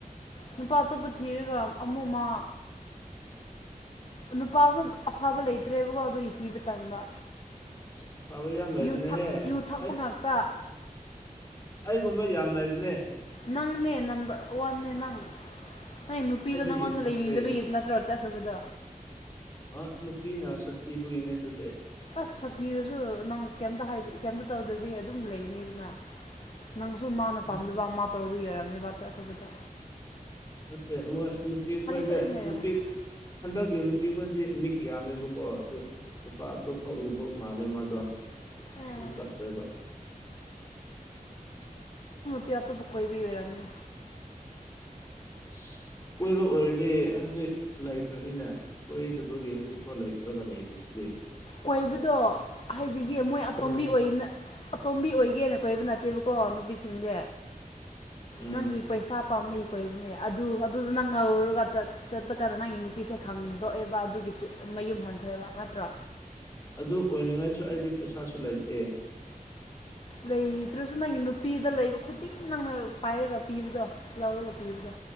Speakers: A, on the left (about 40°); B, on the left (about 20°).
A: ꯅꯨꯄꯥ ꯑꯇꯣꯞꯄ ꯊꯤꯔꯒ ꯑꯃꯨꯃ ꯅꯨꯄꯥꯁꯨ ꯑꯐꯕ ꯂꯩꯇ꯭ꯔꯦꯕꯀꯣ ꯑꯗꯨꯒꯤꯊꯤꯕ ꯇꯟꯕ
B: ꯑꯁ ꯐꯕ ꯌꯥꯝ ꯂꯩꯕꯅꯦꯍꯦ
A: ꯌꯨ ꯊꯛ ꯌꯨ ꯊꯛꯄ
B: ꯑꯩ
A: ꯉꯥꯛꯇ
B: ꯑꯩꯒꯨꯝꯕ ꯌꯥꯝ ꯂꯩꯕꯅꯦ
A: ꯅꯪꯅꯦ ꯅꯝꯕꯔ ꯋꯥꯟꯅꯦ ꯅꯪ ꯅꯪ ꯅꯨꯄꯤꯗꯣ
B: ꯑꯩꯗꯤ
A: ꯅꯪꯉꯣꯟꯗ
B: ꯌꯨ ꯊꯛꯇꯦ
A: ꯂꯩꯅꯤꯡꯗꯕꯤ ꯅꯠꯇ꯭ꯔꯣ ꯆꯠꯊꯕꯗꯣ
B: ꯑ ꯅꯨꯄꯤꯅꯁꯠꯕꯒꯤꯅꯦ ꯑꯗꯨꯗꯤ
A: ꯑꯁ ꯁꯥꯊꯤꯔꯁꯨ ꯅꯪ ꯀꯩꯝꯇ ꯀꯩꯝꯇ ꯇꯧꯗ꯭ꯔꯗꯤ ꯑꯗꯨꯝ ꯂꯩꯅꯤ ꯑꯗꯨꯅ ꯅꯪꯁꯨ ꯃꯥꯅ
B: ꯎꯝ
A: ꯇꯝꯗꯕ ꯑꯃ ꯇꯧꯔꯨ ꯌꯔꯕꯅꯦꯕ ꯆꯠꯈꯈꯤꯕꯗꯣ
B: ꯅꯠꯇꯦ ꯃꯣꯏ ꯅꯨꯄꯤ ꯑꯩꯈꯣꯏꯗ
A: ꯁꯣꯏꯗꯅ ꯂꯩꯔꯝꯒꯅꯤ
B: ꯅꯨꯄꯤ ꯍꯟꯗꯛꯀꯤ ꯅꯨꯄꯤ ꯑꯩꯈꯣꯏꯗꯤ ꯃꯤꯛ ꯌꯥꯝꯃꯦꯕꯀꯣ ꯑꯗꯨ ꯂꯨꯄꯥ ꯑꯇꯣꯞꯄ ꯎꯕ ꯃꯥꯜꯂꯦ ꯃꯥꯗꯣ ꯑ ꯑꯗꯨꯒꯤ
A: ꯑꯦ
B: ꯑꯗꯨꯝ ꯆꯈ꯭ꯔꯦꯕ
A: ꯄ ꯑꯇꯕꯨꯣꯏꯕꯤ ꯑꯣꯏꯔꯅꯤ
B: <inaudible> ꯀꯣꯏꯕ ꯑꯣꯏꯔꯗꯤ ꯍꯧꯖꯤꯛ ꯂꯩꯈ꯭ꯔꯅꯤꯅꯦ ꯀꯣꯏꯗꯕꯒꯤ ꯍꯧꯖꯤꯛꯐꯥꯎ ꯂꯩꯇ꯭ꯔꯒ ꯂꯩꯔꯤꯁꯤꯗꯤ
A: ꯀꯣꯏꯕꯗꯣ ꯍꯥꯏꯕꯤꯒꯦ ꯃꯣꯏ ꯑꯇꯣꯝꯕꯤ
B: ꯎꯝ
A: ꯑꯣꯏꯅꯅ ꯑꯇꯣꯝꯕꯤ ꯑꯣꯏꯒꯦꯅ ꯀꯣꯏꯕ ꯅꯠꯇꯦꯕꯀꯣ ꯅꯨꯄꯤꯁꯤꯡꯗꯤ
B: ꯎꯝ
A: ꯅꯪꯒꯤ ꯄꯩꯁꯥ ꯄꯥꯝꯅꯩꯈꯣꯅꯦ ꯑꯗꯨ ꯑꯗꯨꯗꯨ ꯅꯪ ꯉꯧꯔꯒ ꯆꯠꯄ ꯀꯥꯟꯗ ꯅꯪꯒꯤ ꯅꯨꯄꯤꯁꯦ ꯈꯪꯗꯣꯛꯑꯦꯕ ꯑꯗꯨꯒꯤ ꯃꯌꯨꯝ ꯍꯟꯈ꯭ꯔꯦꯕ ꯅꯠꯇ꯭ꯔꯣ
B: ꯑꯗꯨ ꯑꯣꯏꯅꯤꯡꯉꯩꯁꯨ ꯑꯩꯗꯤ ꯄꯩꯁꯥꯁꯨ ꯂꯩꯇꯦ
A: ꯂꯩꯇ꯭ꯔꯁꯨ ꯅꯪꯒꯤ ꯅꯨꯄꯤꯗ ꯂꯩꯕ ꯈꯨꯗꯤꯡ ꯅꯪꯅ ꯄꯥꯏꯔꯒ ꯄꯤꯕꯗꯣ ꯂꯧꯔꯒ ꯄꯤꯕꯗꯣ